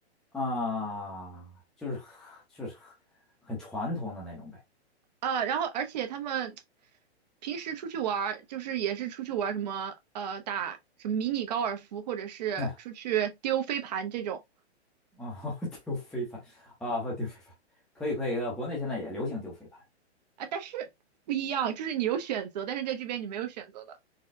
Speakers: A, in the centre; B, on the right.
A: 啊，就是很就是很很传统的那种呗。
B: 啊，然后而且他们平时出去玩儿，就是也是出去玩儿什么呃打什么迷你高尔夫，或者是出去丢飞盘这种
A: <laughs> 啊啊，<laughs> 丢飞盘啊，不丢飞盘，可以可以，呃国内现在也流行丢飞盘
B: 啊，但是不一样，就是你有选择，但是在这边你没有选择的